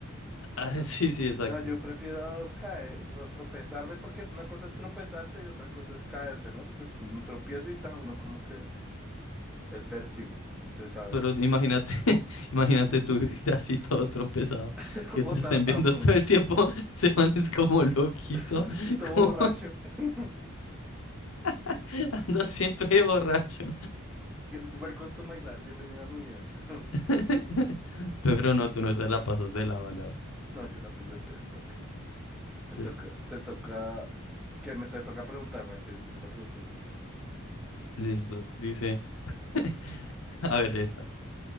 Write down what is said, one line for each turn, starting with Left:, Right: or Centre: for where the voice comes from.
Left: Ah, sí, sí, exacto.
Centre: No, yo prefiero caer, ro- tropezarme, porque una cosa es tropezarse y otra cosa es caerse, ¿no? Porque un tropiezo y tal, uno como que el vértigo, usted sabe.
Left: Pero imagínate, <laughs> imagínate tú vivir así todo tropezado,
Centre: <laughs>
Left: que
Centre: O
Left: te estén
Centre: tartamudo,
Left: viendo todo el tiempo, <laughs> se man es como loquito,
Centre: <laughs> todo
Left: como
Centre: borracho. <laughs>
Left: <laughs> andas siempre borracho.
Centre: Welcome to my life, bienvenido a mi vida. <laughs>
Left: <laughs> Pero no, tú no te la pasas de lado a lado.
Centre: No, yo la piloteo, ¿para qué? Me
Left: Sí,
Centre: toca, te toca, que me te toca preguntarme, sí, te toca preguntarme.
Left: listo. Dice, <laughs> a ver esta.